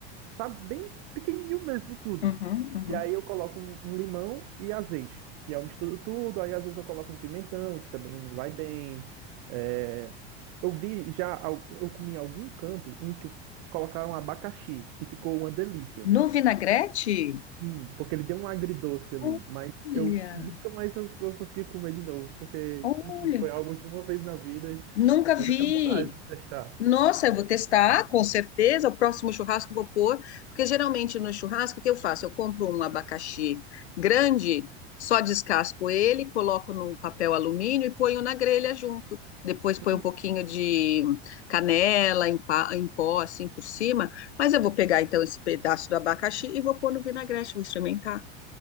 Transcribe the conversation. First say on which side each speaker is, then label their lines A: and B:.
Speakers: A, on the right (about 60°); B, on the left (about 85°).
A: sabe, bem pequenininho mesmo tudo.
B: uhum, uhum.
A: E aí eu coloco um, um limão e azeite. E aí eu misturo tudo. Aí às vezes eu coloco um pimentão, que também vai bem. é, Eu vi já, al- eu comi em algum canto um que colocaram abacaxi e ficou uma delícia.
B: No vinagrete?
A: Hum, Porque ele deu um agridoce ali,
B: Olha,
A: mas eu nunca mais eu, eu consegui comer de novo, porque,
B: olha.
A: enfim, foi algo de uma vez na vida,
B: Nunca
A: mas
B: vi.
A: eu tenho vontade de testar.
B: Nossa, eu vou testar, com certeza. O próximo churrasco eu vou pôr, porque geralmente no churrasco o que eu faço? Eu compro um abacaxi grande, só descasco ele, coloco num papel alumínio e ponho na grelha junto. Depois ponho
A: Uhum.
B: um pouquinho de canela em, pa- em pó, assim por cima. Mas eu vou pegar então esse pedaço do abacaxi e vou pôr no vinagrete, vou experimentar.